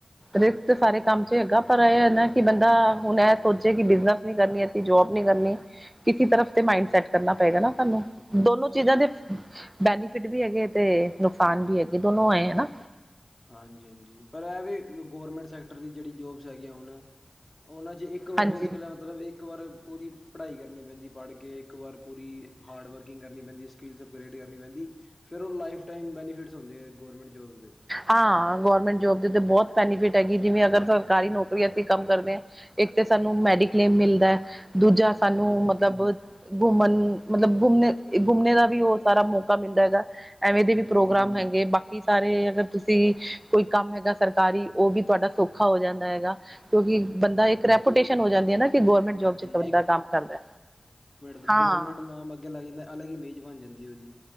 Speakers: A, on the right; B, on the left.
A: ਰਿਸਕ ਤੇ ਸਾਰੇ ਕੰਮ ਚ' ਹੈਗਾ, ਪਰ ਇਹ ਹੈ ਨਾ ਕਿ ਬੰਦਾ ਹੁਣ ਇਹ ਸੋਚੇ ਕਿ ਬਿਜਨਸ ਨੀ ਕਰਨੀ ਹੈ ਕੀ ਜੋਬ ਨੀ ਕਰਨੀ ਕਿਸੀ ਤਰਫ ਤੇ' ਮਾਇੰਡ
B: ਹਾਂਜੀ
A: ਸੈਟ
B: ਹਾਂਜੀ
A: ਕਰਨਾ ਪਏਗਾ ਨਾ ਤੁਹਾਨੂੰ ਦੋਨੋ ਚੀਜ਼ਾਂ ਦੇ
B: ਹਾਂ
A: ਬੈਨੀਫਿਟ ਵੀ ਹੈਗੇ ਤੇ ਨੁਕਸਾਨ ਵੀ ਹੈਗੇ ਦੋਨੋਂ ਆਏ ਹੈਾ।
B: ਹਾਂਜੀ-ਹਾਂਜੀ ਪਰ ਇਹ ਵੀ ਗਰਮੈਂਟ ਸੈਕਟਰ ਦੀ ਜਿਹੜੀ ਜੋਬਸ ਹੈਗੀਆਂ ਉਹਨਾਂ ਚ' ਇੱਕ ਇੱਕ ਵਾਰ
A: ਹਾਂਜੀ
B: ਰੀਸਕ ਲਿਆ, ਮਤਲਬ ਇੱਕ ਇੱਕ ਵਾਰ ਪੂਰੀ ਪੜ੍ਹਾਈ ਕਰਨੀ ਪੈਂਦੀ ਪੜ੍ਹ ਕੇ, ਇੱਕ ਵਾਰ ਪੂਰੀ ਹਾਰਡ ਵਰਕਿੰਗ ਕਰਨੀ ਪੈਂਦੀ ਸਕ੍ਰੀਏਟ ਕਰਨੀ ਪੈਂਦੀ, ਫਿਰ ਉਹ ਲਾਈਫ ਟਾਈਮ ਬੈਨੀਫਿਟਸ ਹੁੰਦੇ ਆ ਗੌਰਰਮੈਂਟ ਜੋਬਸ ਦੇ
A: ਹਾਂ ਗੌਰਮੈਂਟ ਜੋਬ ਦੇ ਉੱਤੇ ਬਹੁਤ ਬੈਨੀਫਿਟ ਹੈਗੀ, ਜਿਵੇਂ ਅਗਰ ਸਰਕਾਰੀ ਨੌਕਰੀ ਅਸੀਂ ਕੰਮ ਕਰਦੇ ਹਾਂ ਇੱਕ ਤੇ ਸਾਨੂੰ ਮੈਡੀਕਲੇਮ ਮਿਲਦਾ ਆ, ਦੂਜਾ ਸਾਨੂੰ
B: ਹਾਂਜੀ-ਹਾਂਜੀ,
A: ਮਤਲਬ
B: ਹਾਂਜੀ-ਹਾਂਜੀ,
A: ਘੁੰਮਣ ਮਤਲਬ ਘੁੰਮਨ-ਘੁੰਮਨੇ ਦਾ ਵੀ ਉਹ ਸਾਰਾ ਮੌਕਾ ਮਿਲਦਾ ਹੈਗਾ ਐਵੇਂ ਦੇ
B: ਹਾਂਜੀ-ਹਾਂਜੀ,
A: ਵੀ ਪ੍ਰੋਗਰਾਮ ਹੈਗੇ ਬਾਕੀ ਸਾਰੇ ਅਗਰ ਤੁਸੀਂ ਕੋਈ ਕੰਮ ਹੈਗਾ ਸਰਕਾਰੀ, ਉਹ ਵੀ ਤੁਹਾਡਾ ਸੌਖਾ ਹੋ ਜਾਂਦਾ ਹੈਗਾ ਕਿਉਂਕਿ ਬੰਦਾ
B: ਹਾਂਜੀ ਹਾਂਜੀ
A: ਇੱਕ ਰੈਪੂਟੇਸ਼ਨ
B: ਹਾਂਜੀ
A: ਹੋ ਜਾਂਦੀ ਹੈ ਨਾ, ਕਿ ਗੌਰਮੈਂਟ ਜੋਬ
B: ਹਾਂਜੀ
A: ਚ ਇੱਕ ਬੰਦਾ ਕੰਮ ਕਰਦਾ
B: ਤੇ'
A: ਹਾਂ
B: ਗੌਰਰਮੈਂਟ ਨਾਮ ਅੱਗੇ ਲੱਗ ਜਾਂਦਾ, ਅਲਗ ਹੀ ਇਮੇਜ ਬਣ ਜਾਂਦੀ ਆ ਉਹਦੀ